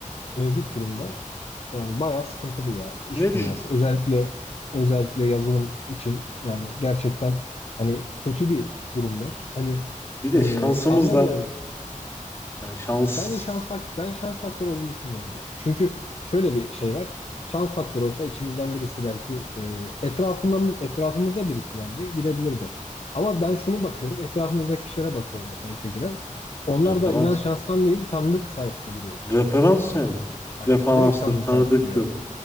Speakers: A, on the left; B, on the left.
A: mevcut durumda yani bayağı sıkıntılı ya iş
B: Ne düşün?
A: dünyası. Özellikle özellikle yazılım için yani gerçekten hani kötü bir durum var. Hani
B: Bir de
A: e,
B: şansımız
A: anlamıyorum
B: da yani şans
A: Bence şans fak ben şans faktörü olduğunu düşünmüyorum ya. Çünkü şöyle bir şey var. Şans faktörü olsa içimizden birisi belki e, etrafından etrafımızda birisi bence girebilirdi. Ama ben şunu bakıyorum. Etrafımızdaki kişilere bakıyorum mesela işe giren. Onlar
B: referans
A: da inan şanstan değil tanıdık sayesinde giriyorlar.
B: referans
A: Yani
B: yani
A: bak
B: referanstır,
A: direkt tanıdık
B: tanıdıktır.
A: sayesinde giriyorlar.